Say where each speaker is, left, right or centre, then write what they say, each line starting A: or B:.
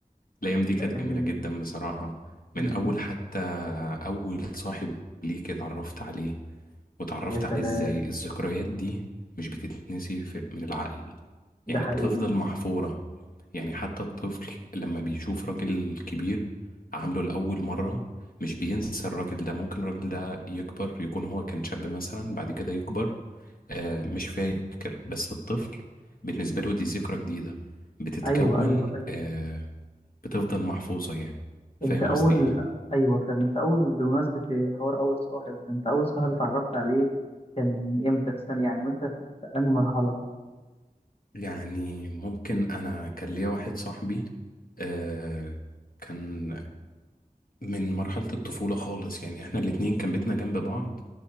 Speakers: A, on the left; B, on the left.
A: الأيام دي
B: كانت
A: كانت
B: أيام
A: جميلة
B: جميلة
A: جدا بصراحة
B: مم.
A: من أول حتى أول صاحب ليك اتعرفت عليه واتعرفت
B: يا سلام
A: عليه إزاي الذكريات دي مش بتتنسي في- من العقل
B: ده
A: يعني
B: حقيقي
A: بتفضل محفورة يعني حتى الطفل لما بيشوف راجل كبير عامله لأول مرة مش بينسى الراجل ده ممكن الراجل ده يكبر يكون هو كان شاب مثلا بعد كده يكبر آه مش فاكر بس الطفل بالنسبة له دي ذكرى جديدة بتتكون
B: أيوه أيوه أيوه
A: آه بتفضل محفوظة يعني فاهم
B: انت اول
A: قصدي ايه
B: ايوه فاهم انت اول بمناسبه حوار اول صاحب ده انت اول صاحب اتعرفت عليه كان امتى في سنه يعني وانت في انهي مرحله
A: يعني ممكن انا كان ليا واحد صاحبي آه كان من مرحلة الطفولة خالص يعني احنا الاتنين كان بيتنا جنب بعض